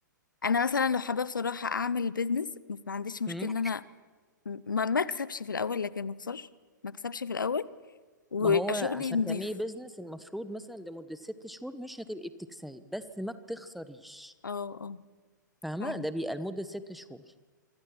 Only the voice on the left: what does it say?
أنا مثلا لو حابة بصراحة أعمل بيزنس مش- ما عنديش مشكلة
إن أنا ما ما أكسبش في الأول لكن ما أخسرش ما أكسبش في الأول ويبقى
شغلي نضيف
اه اه
فعلا